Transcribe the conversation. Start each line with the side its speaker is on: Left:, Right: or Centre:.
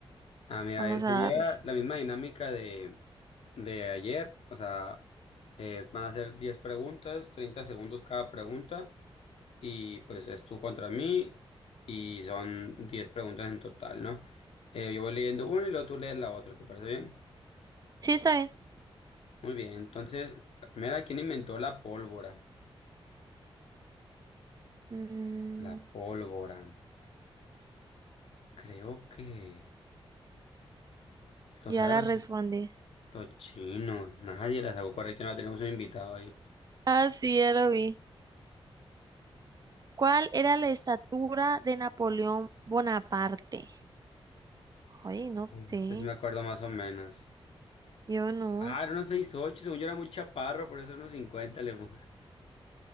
Left: Ah, mira,
Right: Vamos
Left: eh, sería
Right: a darle.
Left: la misma dinámica de, de ayer, o sea, eh, van a ser 10 preguntas, 30 segundos cada pregunta, y pues es tú contra mí, y son 10 preguntas en total, ¿no? Eh, yo voy leyendo una y luego tú lees la otra, ¿te parece bien?
Right: Sí, está bien.
Left: Muy bien, entonces, mira, ¿quién inventó la pólvora?
Right: Mm,
Left: La pólvora. Creo que los
Right: ya
Left: árabes,
Right: la respondí.
Left: los chinos. Nadie la sacó correcta, no tenemos un invitado ahí.
Right: Ah, sí, ya lo vi. ¿Cuál era la estatura de Napoleón Bonaparte? Ay, no
Left: Ay,
Right: sé.
Left: Esta sí me acuerdo más o menos.
Right: Yo no.
Left: Ah, era unos 6'8", según yo era muy chaparro, por eso unos 50 le puse.